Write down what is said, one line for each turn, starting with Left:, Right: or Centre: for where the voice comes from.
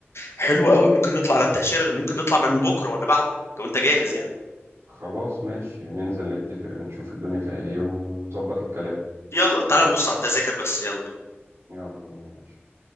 Left: حلو قوي ممكن نطلع على التاشيره ممكن نطلع من بكره ولا بعده لو انت جاهز يعني
Right: خلاص ماشي ننزل نتفق نشوف الدنيا فيها إيه ونظبط الكلام
Left: يلا تعال نبص على التذاكر بس يلا بينا
Right: يلا بينا يا باشا